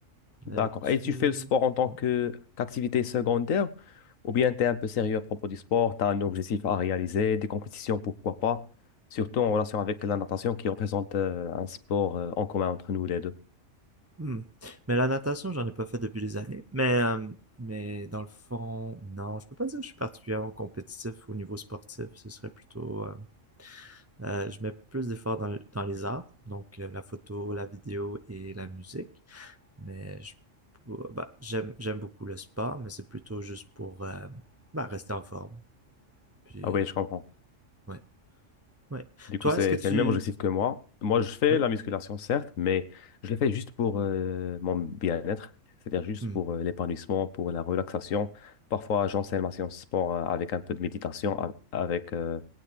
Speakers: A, on the left (about 90°); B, on the right (about 25°).
A: D'accord.
B: La lecture.
A: Et tu fais le sport en tant
B: ouais.
A: que qu'activité secondaire ou bien tu es un peu sérieux à propos du sport, tu as un objectif à réaliser, des compétitions, pourquoi pas, surtout en relation avec la natation qui représente euh, un sport euh, en commun entre nous les deux.
B: Hmm. Mais la natation, j'en ai pas fait depuis des années. Mais, euh, mais dans le fond, non, je peux pas dire que je suis particulièrement compétitif au niveau sportif. Ce serait plutôt. euh, euh, je mets plus d'efforts dans, dans les arts, donc euh, la photo, la vidéo et la musique. Mais je- euh, bah, j'aime j'aime beaucoup le sport, mais c'est plutôt juste pour euh, bah, rester en forme. Puis,
A: Ah oui, je comprends.
B: ouais, ouais.
A: Du
B: Toi,
A: coup, c'est,
B: est-ce que tu...
A: c'est le même objectif que moi. Moi, je fais
B: Oui.
A: la musculation, certes, mais je le fais juste pour euh, mon bien-être, c'est-à-dire juste
B: Hmm.
A: pour euh, l'épanouissement, pour la relaxation. Parfois, j'enseigne ma séance sport euh, avec un peu de méditation, a- avec euh,